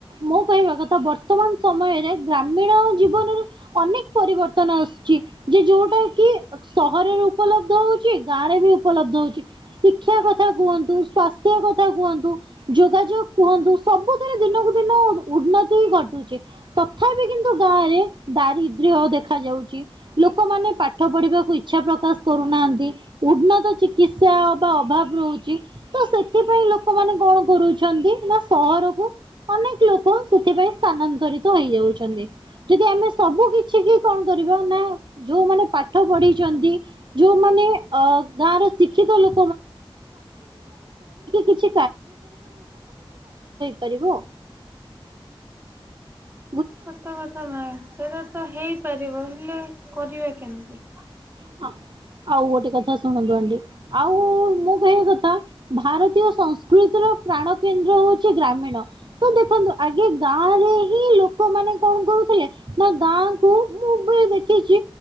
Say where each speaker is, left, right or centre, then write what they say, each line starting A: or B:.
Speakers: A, on the right (about 55°); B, on the right (about 25°).
A: ମୁଁ କହିବା କଥା ବର୍ତ୍ତମାନ ସମୟରେ ଗ୍ରାମୀଣ ଜୀବନରେ ଅନେକ ପରିବର୍ତ୍ତନ ଆସୁଛି ଯେ ଯୋଉଟା କି ସହରରୁ ଉପଲବ୍ଧ ହଉଛି ଗାଁ ରେ ବି ଉପଲବ୍ଧ ହଉଛି । ଶିକ୍ଷା କଥା କୁହନ୍ତୁ, ସ୍ୱାସ୍ଥ୍ୟ କଥା କୁହନ୍ତୁ, ଯୋଗାଯୋଗ କୁହନ୍ତୁ ସବୁଥିରେ ଦିନକୁ ଦିନ ଉନ୍ନତି ଘଟୁଛି ତଥାପି କିନ୍ତୁ ଗାଁରେ ଦାରିଦ୍ର୍ୟ ଦେଖା ଯାଉଛି ଲୋକମାନେ ପାଠ ପଢିବାକୁ ଇଚ୍ଛା ପ୍ରକାଶ କରୁନାହାନ୍ତି ଉନ୍ନତ ଚିକିତ୍ସା ବା ଅଭାବ ରହୁଛି ତ ସେଥିପାଇଁ ଲୋକମାନେ କଣ କରୁଛନ୍ତି ନା ସହରକୁ ଅନେକ ଲୋକ ସେଥିପାଇଁ ସ୍ଥାନାନ୍ତରିତ ହେଇଯାଉଛନ୍ତି ।ଯଦି ଆମେ ସବୁ କିଛି କି କଣ କରିବା ନା ଯୋଉମାନେ ପାଠ ପଢିଛନ୍ତି ଯୋଉମାନେ ଅ ଗାଁର ଶିକ୍ଷିତ ଲୋକ କିଛି କରିବୁ ।
B: ସତ କଥା ମା ସେଇଟା ତ ହେଇପାରିବ ହେଲେ କରିଆ କେମିତି?
A: ହଁ ଆଉ ଗୋଟେ କଥା ଶୁଣନ୍ତୁ ଆଣ୍ଡି ଆଉ ମୁଁ କହିବା କଥା ଭାରତୀୟ ସଂସ୍କୃତିର ପ୍ରାଣ କେନ୍ଦ୍ର ହଉଛି ଗ୍ରାମୀଣ ତ ଦେଖନ୍ତୁ ଆଗେ ଗାଁ ରେ ହିଁ ଲୋକମାନେ କଣ କରୁଥିଲେ ନା ଗାଁ କୁ ମୁଁ ବି ଦେଖିଛି